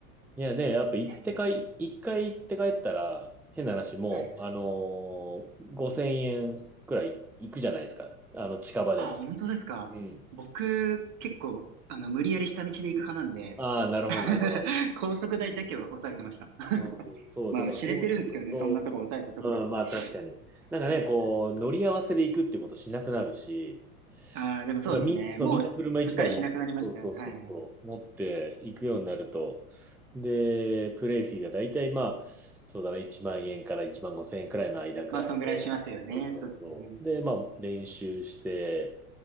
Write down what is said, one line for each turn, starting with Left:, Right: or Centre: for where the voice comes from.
Centre: いやね、やっぱ行ってかい、
Right: いや、でも、
Centre: 一回行って帰ったら、変な話もう、
Right: はいはい。
Centre: あのー、5000円くらい行くじゃないですか。あの、近場でも。
Right: あ、本当ですか。
Centre: うん。
Right: 僕、結構、あの、無理やり下道で行く派なんで、
Centre: ああ、なるほど、
Right: <laughs>
Centre: なるほど。
Right: 高速代だけは抑えてました。<laughs>
Centre: うん、そう、
Right: まあ、
Centre: だから高速と、
Right: 知れてるんですけどね、そんなとこ抑えたところで。
Centre: うん、まあ確かに。
Right: <laughs>
Centre: なんかね、こう、乗り合わせで行くってことしなくなるし、
Right: ああ、でもそうですね。
Centre: いや、みん、そう、
Right: もう、
Centre: みんな車一台も、
Right: すっかりしなくなりました。
Centre: そうそうそうそう、
Right: はいはい。
Centre: 持っていくようになると、で、プレイフィーがだいたいまあ、そうだな、1万円から1万5千円くらいの間くらいで、
Right: まあ、そんぐらいしますよね。
Centre: そうそうそう。
Right: そうですよね。
Centre: で、まあ、練習して、